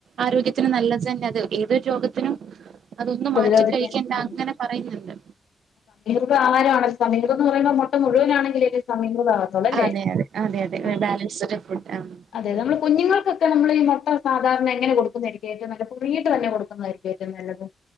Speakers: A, on the right; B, on the left.
A: ആരോഗ്യത്തിന് നല്ലത് തന്നെ അത് എതൊരു രോഗത്തിനും അതൊന്ന്
B: പ്രതിരോധിക്കാൻ
A: മാറ്റി കഴിക്കണ്ട
B: ഉം.
A: അങ്ങനെ പറയന്നുണ്ട്
B: പ്പ ആരാണ് സമിറെന്ന് പറയ മുഴുവനാണെങ്കിലെത് സമിക്രതവാകത്തൊള്ളൂ അല്ലേ
A: അതെ അതെ അതെ അതെ ഒരു
B: ആഹ്
A: ബാലൻസ്ഡ് ഫുഡ് ആ ഉം.
B: അതെ നമ്മള് കുഞ്ഞുങ്ങൾക്കൊക്കെ നമ്മള് ഈ മൊട്ട സാധാരണ അങ്ങനെ കൊടുക്കുന്നെയായിരിക്കും ഏറ്റോ നല്ല കുറുകീട്ട്തന്നെ കൊടുക്കുന്നതരിക്കും ഏറ്റം നല്ലത്